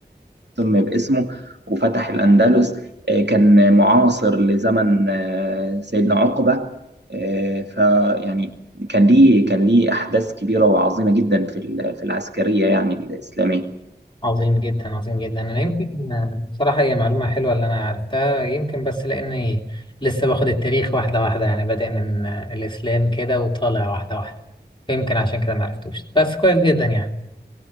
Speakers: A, on the right; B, on the left.
A: سمي باسمه وفتح الأندلس آه، كان معاصر لزمن آه، سيدنا عقبة آه، فيعني كان ليه كان ليه أحداث كبيرة وعظيمة جدا في ال- في العسكرية يعني الإسلامية
B: عظيم جدا عظيم جدا أنا يمكن آه، صراحة هي معلومة حلوة اللي أنا عرفتها يمكن بس لأني لسه باخد التاريخ واحدة واحدة يعني بادئ من آه، الإسلام كده وطالع واحدة واحدة فيمكن عشان كده معرفتوش بس كويس جدا يعني